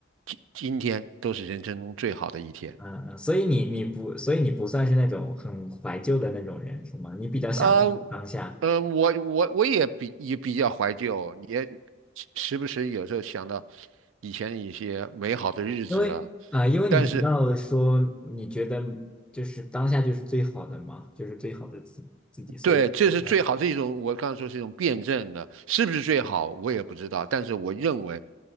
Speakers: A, on the right (about 75°); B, in the centre.
A: 今今天都是人生中最好的一天。
B: 嗯嗯，所以你你不，所以你不算是那种很怀旧的那种人，是吗？你比较享受当下，
A: 呃，呃，我我我也比也比较怀旧，也时时不时有时候想到以前一些美好的日子啊，
B: 因为啊、呃因为你提到说你觉得
A: 但是
B: 就是当下就是最好的嘛，就是最好的自自己，所以我才
A: 对，这是最好，是一种我刚才说是一种辩证的，是不是最好我也不知道，但是我认为